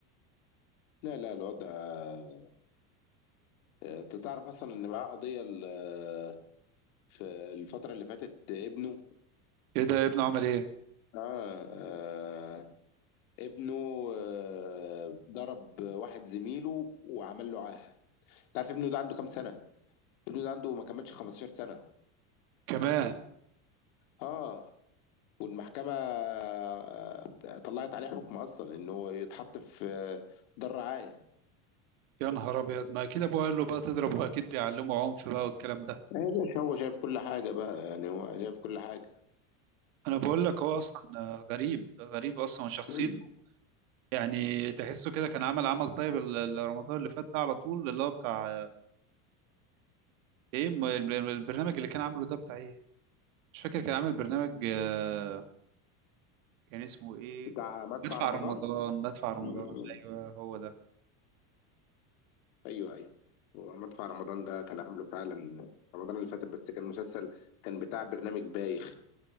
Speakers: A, on the left (about 70°); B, on the right (about 75°).
A: لا لا الوضع آه، انت تعرف اصلا ان معاه قضية ال- آه، في الفترة اللي فاتت ابنه
B: ايه ده ابنه عمل ايه
A: آه آه ابنه آه ضرب واحد زميله وعمل له عاهة تعرف ابنه ده عنده كام سنة ابنه ده عنده ما كملش 15 سنة
B: كمان
A: اه والمحكمة آه، طلعت عليه حكم اصلا انه يتحط في آه، دار رعاية
B: يا نهار ابيض ما اكيد ابوه قال له بقى تضرب واكيد بيعلمه عنف بقى والكلام ده
A: يا باشا هو شايف كل حاجة بقى يعني هو شايف كل حاجة
B: انا بقول لك هو اصلا غريب غريب اصلا شخصيته
A: مم.
B: يعني تحسه كده كان عمل عمل طيب ال- ال- رمضان اللي فات ده على طول اللي هو بتاع ايه م- ال- البرنامج اللي كان عامله ده بتاع ايه مش فاكر كان عامل برنامج آه، كان اسمه ايه
A: بتاع
B: كان-
A: مدفع
B: مدفع
A: رمضان
B: رمضان مدفع رمضان
A: مم.
B: ايوه هو ده
A: أيوه أيوه هو مدفع رمضان ده كان عامله فعلا رمضان اللي فات بس كان مسلسل كان بتاع برنامج بايخ